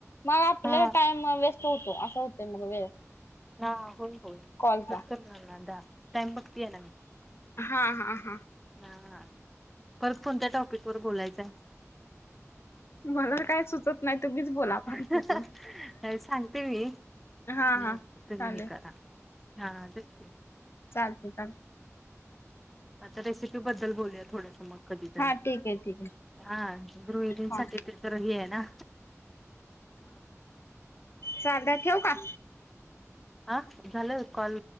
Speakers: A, on the left; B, in the centre.
A: मग आपला
B: हा
A: टाइम वेस्ट होतो असं होत मग वेळ.
B: हा हा, बोल बोल
A: कॉलचा.
B: कट करना आता टाइम बघते आहे मी.
A: हा हा हा,
B: हा हा, परत कोणत्या टॉपिक वर बोलायचंय?
A: मला काय सुचत. नाही तुम्हीच बोला आता
B: नाय
A: तिथून.
B: सांगते मी.
A: हा
B: मग
A: हा
B: तुम्ही
A: चालेल
B: करा हा तेच की,
A: चालते चाल.
B: आता रेसिपी बद्दल बोलूया थोडंसं मग कधी तर.
A: हा ठीक आहे ठीक आहे.
B: हा, गृहिणींसाठी
A: हा
B: त तरही आहे ना.
A: चालते ठेऊ का.
B: ह झालं कॉल